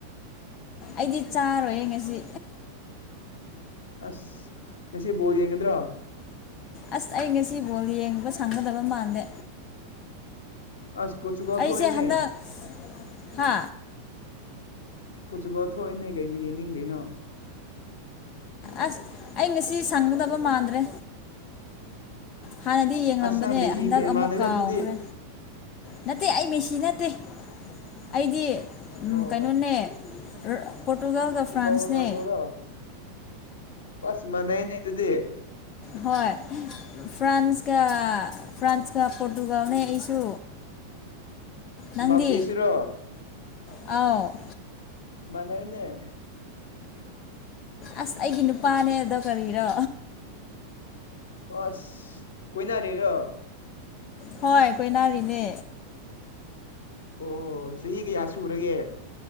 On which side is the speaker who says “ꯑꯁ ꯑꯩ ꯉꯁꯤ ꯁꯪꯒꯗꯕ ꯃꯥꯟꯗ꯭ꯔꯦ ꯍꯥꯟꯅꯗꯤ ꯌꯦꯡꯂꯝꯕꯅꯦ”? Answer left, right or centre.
Left